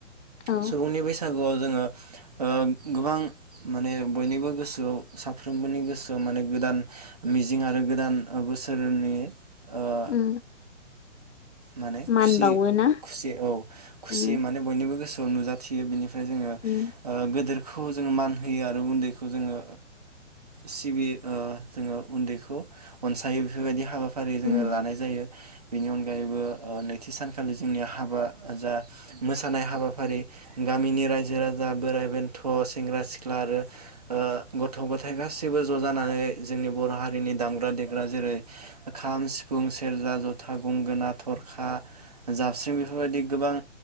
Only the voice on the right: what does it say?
सुबुंनि बैसागुआव जोङो गोबां माने बयनिबो गोसोआव साफ्रोमबोनि गोसोआव माने गोदान मिजिं आरो गोदान बोसोरनि ओ
माने
खुसि
खुसि औ खुसियै
माने बयनिबो गोसो नुजथियो बेनि जोंङो
गेदोर खौ जोङो मान होयो आरो उन्दैखौ जोङो सिबियो जोङो उन्दैखौ अनसायो बेफोरबायदि हाबा ओरै जों
लानाय जायो। बिनि अनगायैबो नैथि सानखालि जोंनि हाबा जा मोसानाय हाबाफारि गामिनि रायजो राजा बोराइ बेन्थ' सेंग्रा सिख्ला आरो गथ' गथाय गासैबो ज' जानानै जोंनि बर' हारिनि दामग्रा देग्रा जेरै खाम सिफुं सेरजा जथा गंगोना थरखा जाबस्रिं बेफोरबायदि गोबां